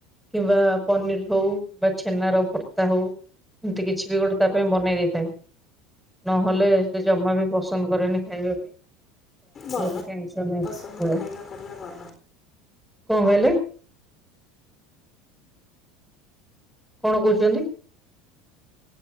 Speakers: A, in the centre; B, on the left.
A: କିମ୍ବା ପନିର ହଉ କି ଛେନାର ଭର୍ତ୍ତା ହଉ ଏମିତି କିଛି ବି ଗୋଟେ ତା ପାଇଁ ବନେଇ ଦେଇଥାଏ ନହେଲେ। ସେ ଜମା ବି ପସନ୍ଦ କରେନି ଖାଇବା ପାଇଁ। ତା
B: ଭଲ
A: ପାଇଁ ମତେ ଟେନସନ ସବୁବେଳେ।
B: ପସନ୍ଦ ଖାଇବା କରିବା ଭଲ
A: କଣ କହିଲେ। କଣ କହୁଛନ୍ତି।